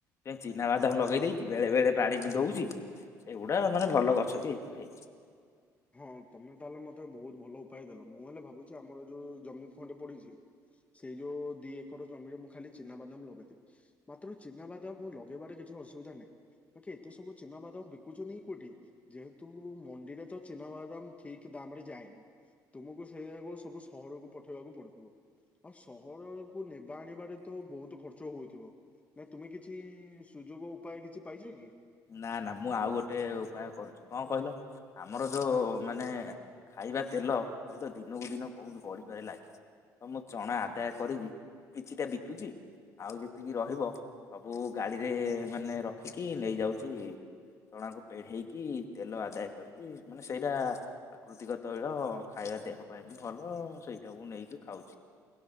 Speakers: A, on the left (about 45°); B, on the left (about 20°).
A: ସେ ଚିନାବାଦାମ ଲଗେଇ ଦେଇଚି ବେଳେ ବଳେ ପାଣି ବି ଦଉଚି। ସେଗୁଡ଼ା ମାନେ ଭଲ ଗଛବି ଏଇଥର ହେଇଚି।
B: ହଁ ତମେ ତାହେଲେ ମତେ ବହୁତ୍ ଭଲ ଉପାୟ ଦେଲ ମୁଁ ହେଲେ ଭାବୁଚି ଆମର ଯୋଉ ଜମି ଖଣ୍ଡେ ପଡ଼ିଚି ସେଇ ଯୋଉ ଦି ଏକର ଜମିରେ ମୁଁ ଖାଲି ଚିନାବାଦାମ ଲଗେଇବି। ମାତ୍ର ଚିନାବାଦାମ ଲଗେଇବାରେ କିଛି ଅସୁବିଧା ନାହିଁ। ବାକି ଏତେ ସବୁ ଚିନାବାଦାମ ବିକୁଛନ୍ତି କୋଉଠି ଯେହେତୁ ମଣ୍ଡିରେ ତ ଚିନାମଦାମ ଠିକ୍ ଦାମରେ ଯାଏନି ତୁମକୁ ସେ ଜାଗାକୁ ସବୁ ସହରକୁ ପଠେଇବାକୁ ପଡ଼ୁଥୁବ। ଆଉ ସହରକୁୁ ନେବା ଆଣିବାରେ ତ ବହୁତ୍ ଖର୍ଚ୍ଚ ହଉଥିବ। ନାଇ ତୁମେ କିଛି ସୁଯୋଗ ଉପାୟ କିଛି ପାଇଚ କି?
A: ନା ନା ମୁଁ ଆଉ ଗୋଟେ ଉପାୟ କରୁଛି କଣ କହିଲ? ଆମର ଯୋଉ ମାନେ ଖାଇବା ତେଲ ଏବେ ତ ଦିନକୁ ଦିନ ବହୁତ ବଢିବାରେ ଲାଗିଛି। ତ ମୁଁ ଚଣା ଆଦାୟ କରି କିଛିଟା ବିକୁଛି। ଆଉ ଯେତିକି ରହିବ ସବୁ ଗାଡିରେ ମାନେ ରଖିକି ନେଇଯାଉଛି ଚଣାକୁ ପେଢେଇକି ତେଲ ଆଦାୟ କରିକି ମାନେ ସେଇଟା ପ୍ରାକୃତିକ ତୈଳ ଖାଇବା ଦେହ ପାଇଁ ବି ଭଲ ସେଇଟା ମୁଁ ନେଇକି ଖାଉଛି।